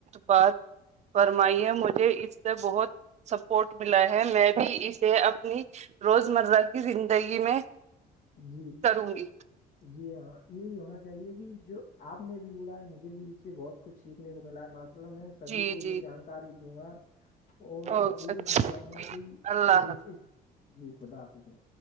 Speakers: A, on the right (about 40°); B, on the left (about 55°).
A: بات فرمائی ہے مجھے اس سے بہت <inaudible> سپورٹ ملا ہے میں بھی اسے اپنی روز مرہ کی زندگی میں
B: جی
A: کروں گی
B: جی ہاں یہی ہونا چاہیے کہ جو آپ نے بھی بولا ہے مجھے بھی اس سے بہت کچھ سیکھنے کو ملا ہے ماسلہ میں سبھی
A: جی
B: کو یہ
A: جی
B: جانکاری دوں گا اور
A: اوکے
B: سبھی کو
A: اچھا
B: سمجھاؤں گا کہ
A: اللہ
B: یہ
A: حافظ
B: اس جی خدا حافظ میں